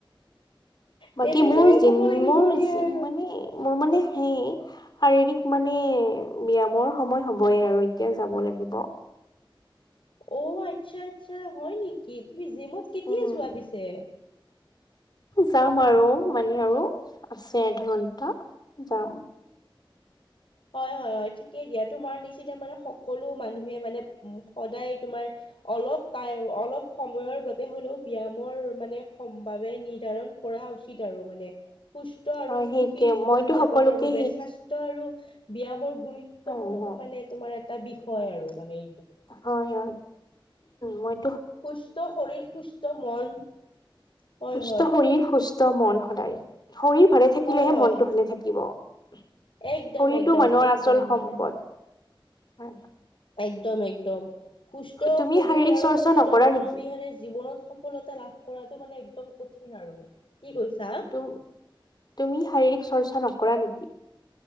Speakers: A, on the left; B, on the left.
A: বাকী
B: তেনেকৈয়ে
A: মোৰ যি
B: ক'ব লাগিব
A: মোৰযিমানে
B: দিয়া আৰু।
A: মোৰ মানে সেই শাৰীৰিক মানে ব্যায়ামৰ সময় হবয় আৰু এতিয়া যাব লাগিব
B: অ আচ্ছা আচ্ছা হয় নেকি তুমি জিমত কেতিয়া
A: উম
B: যোৱা পিছে?
A: যাম আৰু মানে আৰু আছে এঘন্টা যাম
B: হয় হয় হয় ঠিকেই দিয়া তোমাৰ নিচিনা মানে সকলো মানুহে মানে সদায় তোমাৰ অলপ তাই অলপ সময়ৰ বাবে হ'লেও ব্যায়ামৰ মানে সম্ভাৱে নিৰ্ধাৰণ কৰা উচিত আৰু মানে <unintelligible> সুস্থ আৰু
A: হয়
B: সুখী
A: সেইটোৱে
B: জীৱন
A: মইতো
B: যাপনৰ
A: সকলোকে
B: বাবে
A: সেই
B: স্বাস্থ্য আৰু ব্যায়ামৰ গুৰুত্বপূৰ্ণ
A: হয় হয়
B: মানে তোমাৰ এটা বিষয় আৰু মানে
A: হয় হয় মই
B: সুস্থ শৰীৰ সুস্থ মন হয়
A: সুস্থ
B: হয়
A: শৰীৰ সুস্থ মন সদায় শৰীৰ ভালে থাকিলেহে
B: হয় হয়
A: মনটো ভালে থাকিব শৰীৰটো
B: একদম একদম
A: মানুহৰ
B: একদম
A: আচল সম্পদ
B: মানে
A: <unintelligible> হয় <unintelligible>
B: একদম একদম সুস্থ
A: তুমি
B: শৰীৰ
A: শাৰীৰিক
B: আৰু
A: চৰ্চা
B: সুস্থ
A: নকৰা
B: মন
A: নেকি?
B: অবিহনে জীৱনত সফলতা লাভ কৰাটো মানে একদম কঠিন আৰু। কি কৈছা
A: তুমি শাৰীৰিক চৰ্চা নকৰা নেকি?